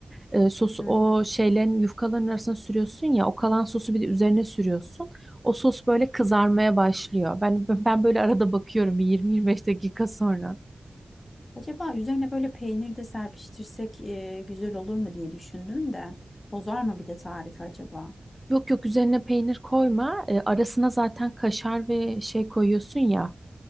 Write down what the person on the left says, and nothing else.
Hı.
Acaba üzerine böyle peynir de serpiştirsek e, güzel olur mu diye düşündüm de bozar mı bir de tarifi acaba?